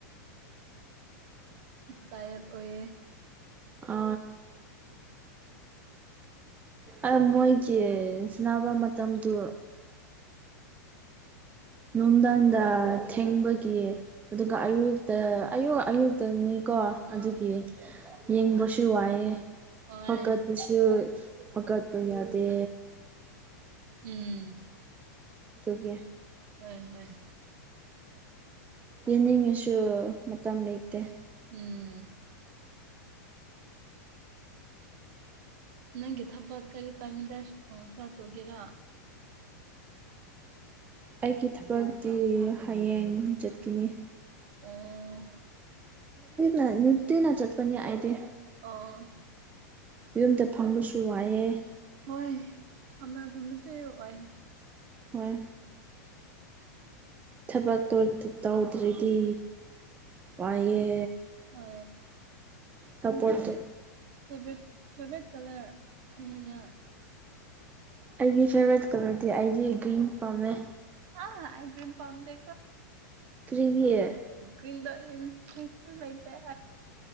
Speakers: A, on the right; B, on the right.
A: ꯇꯥꯏ ꯑꯣꯏ
B: ꯑ ꯑ ꯃꯣꯏ ꯀ ꯁꯥꯟꯅꯕ ꯃꯇꯝꯗꯨ ꯅꯨꯡꯊꯪꯗ ꯊꯦꯡꯕꯒꯤ ꯑꯗꯨꯒ ꯑꯌꯨꯛꯇ ꯑꯌꯨꯛꯇꯅꯤ ꯀꯣ
A: ꯑꯥ
B: ꯑꯗꯨꯒꯤ ꯌꯦꯡꯕꯁꯨ ꯋꯥꯏꯑꯦ
A: ꯍꯣꯏ
B: ꯍꯣꯀꯠꯄꯁꯨ ꯋꯥꯀꯠꯄ ꯌꯥꯗꯦ
A: ꯎꯝ
B: ꯑꯗꯨꯒꯤ
A: ꯍꯣꯏ ꯍꯣꯏ
B: ꯇꯅꯤꯡꯉꯁꯨ ꯃꯇꯝ ꯂꯩꯇꯦ
A: ꯎꯝ ꯅꯪꯒꯤ ꯊꯕ ꯑꯗꯨ ꯀꯔꯤ ꯇꯝꯗ ꯁꯥꯇ ꯑꯣꯏꯒꯦꯔꯥ
B: ꯑꯩꯒꯤ ꯊꯕꯛꯇꯤ ꯍꯌꯦꯡ ꯆꯠꯈꯤꯅꯤ
A: ꯑꯣ
B: ꯅ ꯅꯤꯡꯇ ꯅ ꯆꯠꯄꯅꯤ ꯑꯥꯏꯗꯤꯦ
A: ꯑꯣ
B: ꯌꯨꯝꯗ ꯐꯪꯕꯁꯨ ꯋꯥꯏꯑꯦ
A: ꯍꯣꯏ ꯐꯝꯃ ꯐꯝꯃꯁꯦ ꯑꯣꯏ
B: ꯍꯣꯏ ꯊꯕ ꯇꯎꯗ꯭ꯔꯔꯤꯗꯤ ꯄꯥꯏꯌꯦ
A: ꯍ
B: ꯁꯄꯣꯠ ꯇ
A: ꯐꯦꯚꯔꯦꯠ ꯐꯦꯚꯔꯦꯠ ꯀꯂꯔ ꯌꯦꯅ
B: ꯑꯩꯒꯤ ꯐꯦꯚꯣꯔꯥꯏꯠ ꯀꯂꯔꯗꯤ ꯑꯩꯗꯤ ꯒ꯭ꯔꯤꯟ ꯄꯥꯝꯃꯦ
A: ꯑ ꯑꯩꯥꯏ ꯀ꯭ꯔꯤꯝ ꯄꯝꯗꯣ
B: ꯀꯔꯤꯒꯦ
A: ꯀꯔꯤꯥꯏꯇ